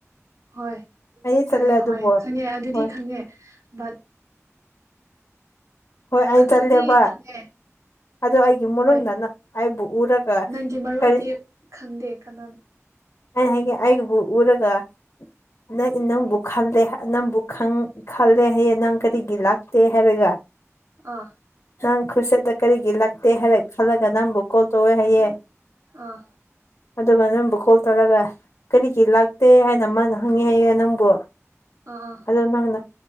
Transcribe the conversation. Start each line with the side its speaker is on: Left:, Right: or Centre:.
Right: ꯍꯣꯏ
Left: ꯑꯩꯗꯤ
Right: ꯆꯠꯂꯦ
Left: ꯑꯗꯨꯕꯨ
Right: ꯍꯣꯏ ꯈꯪꯉꯦ ꯑꯗꯨꯗꯤ
Left: ꯍꯣꯏ
Right: ꯈꯪꯉꯦ ꯕꯠ
Left: ꯍꯣꯏ ꯑꯩ
Right: ꯑꯗꯨꯗꯤ
Left: ꯆꯠꯂꯦꯕ
Right: ꯈꯪꯉꯦ
Left: ꯑꯗꯨ ꯑꯩꯒꯤ ꯃꯔꯨꯞꯅ
Right: ꯍꯣꯏ
Left: ꯑꯩꯕꯨ ꯎꯔꯒ
Right: ꯅꯪꯒꯤ ꯃꯔꯨꯗꯤ
Left: ꯀꯩ
Right: ꯈꯟꯗꯦ ꯀꯅꯥ
Left: ꯑꯩ ꯍꯥꯏꯒꯦ ꯑꯩꯕꯨ ꯎꯔꯒ ꯅꯪ ꯅꯪꯕꯨ ꯈꯜꯂꯦ ꯅꯪꯕꯨ ꯈꯪ ꯈꯜꯂꯦ ꯍꯥꯏꯌꯦ ꯅꯪ ꯀꯔꯤꯒꯤ ꯂꯥꯛꯇꯦ ꯍꯥꯏꯔꯒ
Right: ꯑꯥ
Left: ꯅꯪ ꯈꯨꯠꯁꯠꯇ ꯀꯔꯤꯒꯤ ꯂꯥꯛꯇꯦ ꯍꯥꯏꯔ ꯈꯜꯂꯒ ꯅꯪꯕꯨ ꯀꯣꯜ ꯇꯧꯋꯦ ꯍꯥꯏꯌꯦ
Right: ꯑꯥ
Left: ꯑꯗꯨꯒ ꯅꯪꯕꯨ ꯀꯣꯜ ꯇꯧꯔꯒ ꯀꯔꯤꯒꯤ ꯂꯥꯛꯇꯦ ꯍꯥꯏꯅ ꯃꯥꯅ ꯍꯪꯉꯤ ꯍꯥꯏꯌꯦ ꯅꯪꯕꯨ
Right: ꯑꯥ ꯑ
Left: ꯑꯗꯣ ꯅꯪꯅ